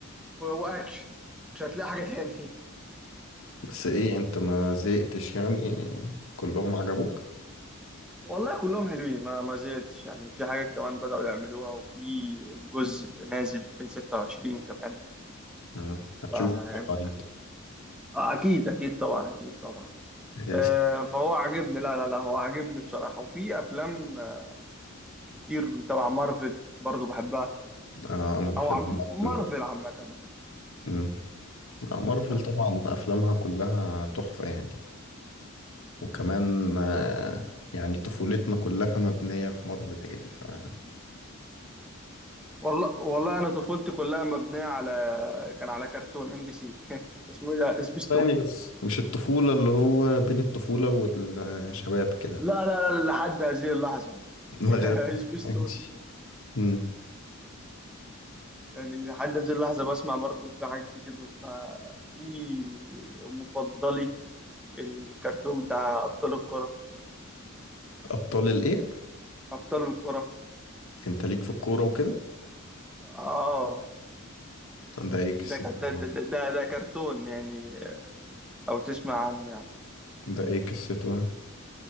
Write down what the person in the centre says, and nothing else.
و- واكشن مش هتلاقي حاجه <laughs> تاني
والله كلهم حلوين ما ما زهقتش يعني في حاجات كمان بدأوا يعملوها وفي جزء نازل 2026 كمان
فيعني
آه، اكيد اكيد طبعا اكيد طبعا
آه، فهو عاجبني لا لا لا هو عاجبني بصراحة وفي افلام كتير تبع مارفل برضو بحبها
او عم
مارفل
عامة يعني
يعني
في
والله والله انا طفولتي كلها مبنية على كان على كرتون ام بي سي <laughs> اسمه ايه ده سبيستون
لا لا لا لحد هذه اللحظة
<laughs> سبيستون
يعني لحد هذه اللحظة بسمع برضو في حاجات كتير بسمع في مفضلي الكرتون بتاع ابطال الكرة
ابطال الكرة
اه
ده كان- ده ده, ده, ده كرتون يعني لو تسمع عن